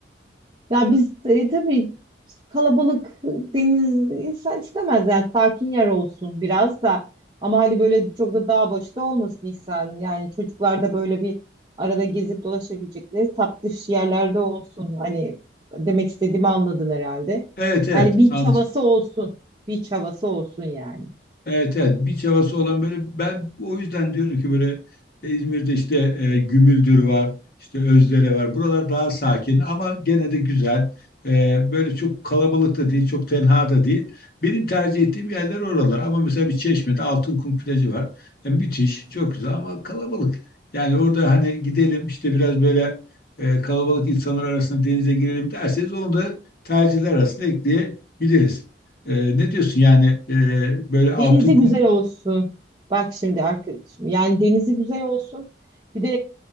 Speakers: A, on the right; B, on the left.
A: Ya biz e, tabii kalabalık e, deniz insan istemez yani sakin yer olsun biraz da ama hani böyle çok da dağ başta olmasın insan yani çocuklar da böyle bir arada gezip dolaşabilecekleri tatlış yerlerde olsun hani demek istediğimi anladın herhalde
B: Evet evet
A: yani beach
B: anladım.
A: havası olsun beach havası olsun yani.
B: Evet evet biç havası olan böyle ben o yüzden diyorum ki böyle e, İzmir'de işte e, Gümüldür var işte Özdere var buralar daha sakin ama gene de güzel E, böyle çok kalabalık da değil çok tenha da değil benim tercih ettiğim yerler oralar ama mesela bir Çeşme'de Altınkum plajı var E, müthiş çok güzel ama kalabalık yani orada hani gidelim işte biraz böyle e, kalabalık insanlar arasında denize girelim derseniz onu da tercihler arasında ekleyebiliriz. Ee, ne diyorsun yani e, böyle altı
A: Denizi
B: hukum
A: güzel olsun. Bak şimdi arkadaşım. Yani denizi güzel olsun. Bir de